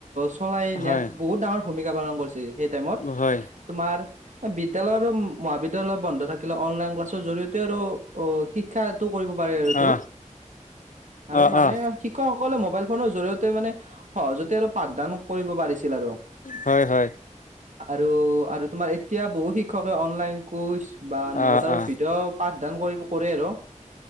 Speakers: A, on the right (about 65°); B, on the left (about 80°).
A: চলাই নিয়াত
B: হয়
A: বহুত ডাঙৰ ভূমিকা পালন কৰিছে সেই টাইমত
B: হয়
A: তোমাৰ বিদ্যালয় আৰু মহাবিদ্যালয় বন্ধ থাকিলে অনলাইন ক্লাছৰ জৰিয়তে আৰু অ শিক শিক্ষাটো কৰিব পাৰে আৰুতো
B: অ
A: আৰু
B: অ
A: মানে
B: অ
A: শিক্ষকসকলে মোবাইল ফোনৰ জৰিয়তে মানে সহজতে আৰু পাঠদান, কৰিব পাৰিছিল আৰু,
B: হয় হয়
A: আৰু আৰু তোমাৰ এতিয়া বহুত শিক্ষকে অনলাইন কোৰ্চ বা নোট
B: অ
A: আৰু
B: অ
A: ভিডিঅ' পাঠদান কৰি কৰে আৰু।